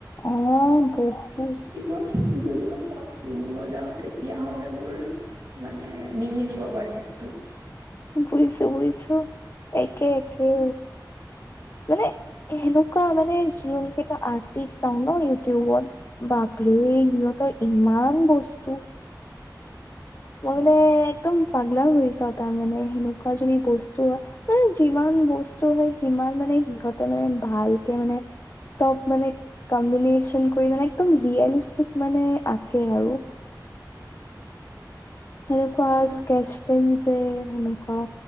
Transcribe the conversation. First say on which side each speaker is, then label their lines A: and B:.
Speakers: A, on the left; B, on the right.
A: অঁ! বহুত।
B: তি মই যদি মই চব কিনিব যাওঁ, তেতিয়াহ'লে মোৰ মানে নিমিলিব বাজেটতো।
A: ঘুৰিছো-ঘুৰিছো। একে-একে। মানে এনেকুৱা মানে যোন কেইটা আৰ্টিষ্ট চাওঁ ন ইউটিউবত। বাপৰে সিহঁতৰ ইমান বস্তু। মই মানে একদম পাগলাও হৈছোঁ আৰু তাৰ মানে সেনেকুৱা যদি বস্তু হয়। মানে যিমান বস্তু হয়, সিমান মানে সিহঁতে মানে, ভালকে মানে চব মানে কম্বিনেচন কৰি মানে একদম ৰিয়েলিষ্টিক মানে আঁকে আৰু। সেনেকুৱা
B: অ',
A: স্কেচ পেন যে সেনেকুৱা।